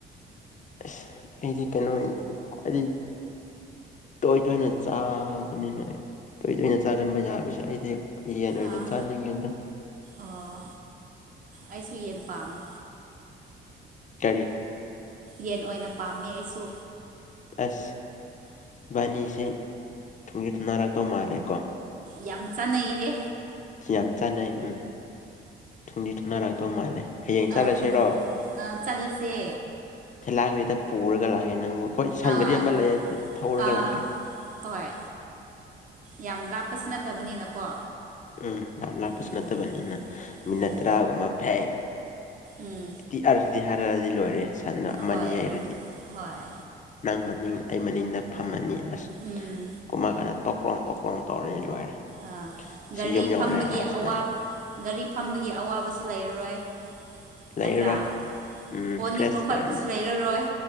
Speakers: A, on the left; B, on the right.
A: ꯑꯁ ꯑꯩꯗꯤ ꯀꯩꯅꯣ ꯈ꯭ꯋꯥꯏꯗꯗꯒꯤ ꯇꯣꯏ ꯇꯣꯏꯅ ꯆꯥꯕꯅꯤꯅꯣꯏ ꯇꯣꯏ ꯇꯣꯏꯅ ꯆꯥꯒꯟꯕ ꯌꯥꯕꯁꯦ ꯑꯩꯗꯤ ꯌꯦꯟ ꯑꯣꯏꯅ
B: ꯑꯥ
A: ꯆꯥꯅꯤꯡꯉꯤꯗ
B: ꯑꯣ ꯑꯩꯁꯨ ꯌꯦꯟ ꯄꯥꯝꯃꯤ
A: ꯇꯔꯤ
B: ꯌꯦꯟ ꯑꯣꯏꯅ ꯄꯥꯝꯃꯦ ꯑꯩꯁꯨ
A: ꯑꯁ ꯕꯥꯅꯤꯁꯦ ꯊꯨꯝꯖꯤ ꯊꯨꯝꯅꯔꯛꯇꯧ ꯃꯥꯜꯂꯦꯀꯣ
B: ꯌꯥꯝꯆꯥ ꯅ ꯍ
A: ꯁꯤ ꯌꯥꯝ ꯆꯥꯟꯅꯩ ꯎꯝ ꯊꯨꯝꯗꯤ ꯊꯨꯅꯔꯛꯇꯧ ꯃꯥꯜꯂꯦ ꯍꯌꯦꯡ ꯆꯠꯂꯁꯤꯔꯣ
B: ꯑ ꯊꯨꯝ ꯑ ꯆꯠꯂꯁꯦ
A: ꯊꯦꯂꯥꯒꯔꯤꯗ ꯄꯨꯔꯒ ꯂꯥꯛꯒꯦ ꯅꯪꯕꯨ ꯑꯩꯣꯏ ꯁꯟꯒꯔꯤ
B: ꯑꯥ
A: ꯑꯃ ꯂꯩ ꯊꯧꯔꯒ
B: ꯑꯥ
A: ꯂꯥꯛꯀꯦ
B: ꯍꯣꯏ ꯌꯥꯝ ꯂꯥꯞꯄꯁꯨ ꯅꯠꯇꯕꯅꯤꯅꯀꯣ
A: ꯎꯝ ꯌꯥꯝ ꯂꯥꯞꯄꯁꯨ
B: ꯎꯝ
A: ꯅꯠꯇꯕꯅꯤꯅ ꯃꯤꯅꯠ
B: ꯎꯝ
A: ꯇꯔꯥꯒꯨꯝꯕ ꯐꯦꯡ
B: ꯎꯝ
A: ꯤ ꯑꯗꯤ ꯍꯥꯏꯔꯛꯑꯗꯤ ꯂꯣꯏꯔꯦ ꯁꯟꯅ ꯑꯃꯅꯤ
B: ꯍꯣꯏ
A: ꯌꯩꯔꯗꯤ
B: ꯍꯣꯏ
A: ꯅꯪ ꯃꯅꯤ ꯃꯅꯤꯡ ꯑꯩ ꯃꯅꯤꯡꯗ ꯐꯝꯃꯅꯤ ꯑꯁ
B: ꯎꯝ
A: ꯀꯨꯝꯃ ꯀꯥꯟꯗ ꯇꯣꯛꯀ꯭ꯔꯣꯝ ꯇꯣꯛꯀ꯭ꯔꯣꯝ ꯇꯧꯔꯅꯤ ꯂꯣꯏꯔꯦ
B: ꯑ ꯒꯥꯔꯤ
A: ꯁꯤ ꯌꯨꯝ ꯌꯧꯔꯦ
B: ꯐꯝꯕꯒꯤ
A: ꯑꯁ ꯅꯪ
B: ꯒꯥꯔꯤ ꯐꯝꯕꯒꯤ ꯑꯋꯥꯕꯁꯨ ꯂꯩꯔꯔꯣꯏ
A: ꯂꯩꯔꯔꯣꯏ
B: ꯅꯠꯇ꯭ꯔꯥ
A: ꯎꯝ
B: ꯑꯣꯅꯤꯡꯕ
A: ꯐ꯭ꯔꯦꯁ
B: ꯈꯣꯠꯄꯁꯨ
A: ꯏꯌꯥꯔ ꯑꯃꯨꯛ
B: ꯂꯩꯔꯔꯣꯏ